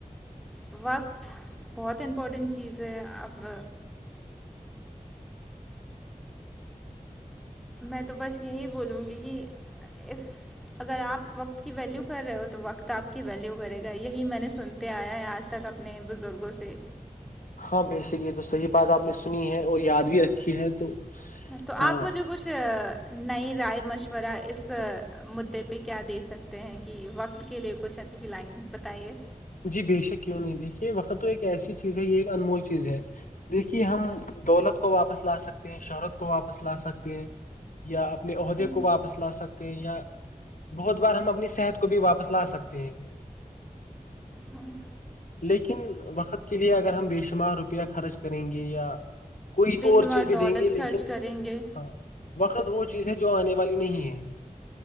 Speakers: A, in the centre; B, on the left.
A: وقت بہت امپورٹنٹ چیز ہے اب میں تو بس یہی بولوں گی کہ اف اگر آپ وقت کی ویلیو کر رہے ہو تو وقت آپ کی ویلیو کرے گا یہی میں نے سنتے آیا ہے آج تک آپ نئے بزرگوں سے
B: ہاں بسک یہ تو صحیح بات آپ نے سنی ہے اور یاد بھی رکھی ہے تو
A: تو
B: ہاں
A: آپ مجھے کچھ نئی رائے مشورہ اس مدے پہ کیا دے سکتے ہیں کہ وقت کے لیے کچھ اچھ جی لائن بتائیے
B: جی بے شک کیوں نہیں دیکھیے وقت تو ایک ایسی چیز ہے یہ ایک انمول چیز ہے دیکھیے ہم دولت کو واپس لا سکتے ہیں شہرت کو واپس لا سکتے ہیں یا اپنے عہدے
A: جی
B: کو واپس لا سکتے یا بہت بار ہم اپنی صحت کو بھی واپس لا سکتے ہیں
A: ہاں
B: لیکن وقت کے لیے اگر ہم بے شمار روپیہ خرچ کریں گے یا کوئی
A: بے
B: اور
A: شمار
B: چیز بھی
A: دولت
B: دیں گی لیکن
A: خرچ کریں گے
B: ہاں وقت وہ چیز ہے جو آنے والی نہیں ہے